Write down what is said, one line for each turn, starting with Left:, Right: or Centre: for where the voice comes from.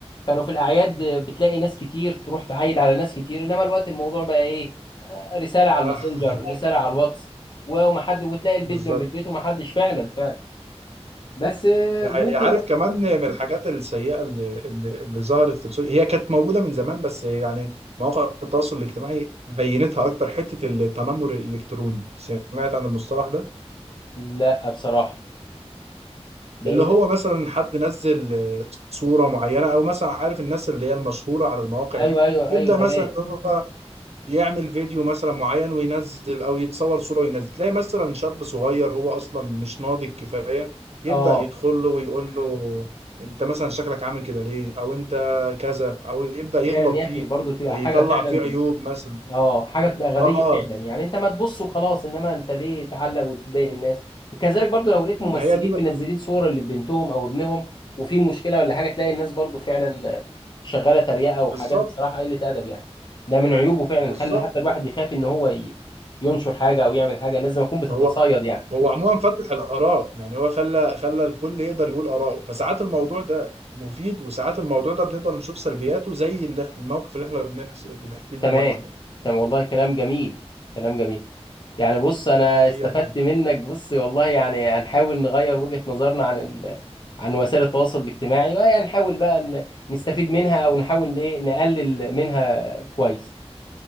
Left: كانوا في الاعياد بتلاقي ناس كتير تروح تعايد على ناس كتير انما الوقت الموضوع بقى ايه آه، رساله على
Right: آه،
Left: الماسنجر
Right: <laughs>
Left: رساله على الواتس ومحد وتلاقي البيت
Right: بالظبط
Left: جنب البيت ومحدش فعلا فعلا بس آه،
Right: دي
Left: ممكن
Right: حقيقة. عارف كمان من الحاجات السيئة اللي اللي, اللي ظهرت في السوشيال هي كانت موجودة من زمان بس يعني مواقع التواصل الاجتماعي بينتها أكتر حتة التنمر الإلكتروني سمعت عن المصطلح ده
Left: لا بصراحه ده
Right: اللي
Left: ايه
Right: هو
Left: ده
Right: مثلا حد نزل آه، صورة معينة أو مثلا عارف الناس اللي هي المشهورة على المواقع
Left: ايوه
Right: دي
Left: ايوه
Right: يبدأ
Left: ايوه تمام
Right: مثلا إن هو يعمل فيديو مثلا معين وينزل او يتصور صورة وينزل تلاقي مثلا شاب صغير هو اصلا مش ناضج كفاية يبدأ
Left: اه
Right: يدخل له ويقول له انت مثلا شكلك عامل كده ليه او انت كذا او يبدأ يغلط
Left: فعلا يا
Right: فيه
Left: اخي برضو بتبقى
Right: يطلع
Left: حاجه فعلا
Right: فيه عيوب مثلا
Left: اه حاجه بتبقى غبيه
Right: اه
Left: فعلا يعني انت ما تبص وخلاص انما انت ليه تعلق وتضايق الناس وكذلك برضو لو لقيت
Right: ما
Left: ممثلين
Right: هي دي بقى-
Left: منزلين صور لبنتهم او ابنهم وفي مشكله ولا حاجه تلاقي الناس برضو فعلا شغاله تريقه وحاجات
Right: بالظبط
Left: بصراحه قله ادب يعني ده من عيوبه فعلا
Right: بالظبط
Left: خلي حتى الواحد يخاف ان هو ي- ينشر حاجه او يعمل حاجه الناس زي ما تكون بتتصايد
Right: هو
Left: يعني
Right: هو عموما فتح الآراء يعني هو خلى خلى الكل يقدر يقول آراءه فساعات الموضوع ده مفيد وساعات الموضوع ده بنقدر نشوف سلبياته زي اللي- الموقف اللي احنا بنحس- بنحكيه دلوقتي
Left: تمام
Right: ده
Left: تمام والله كلام جميل كلام جميل يعني بص انا
Right: دي حقيقة
Left: استفدت منك بص والله يعني هنحاول نغير وجهة نظرنا عن ال... عن وسائل التواصل الاجتماعي ويعني نحاول بقى ن... نستفيد منها او نحاول ايه نقلل منها كويس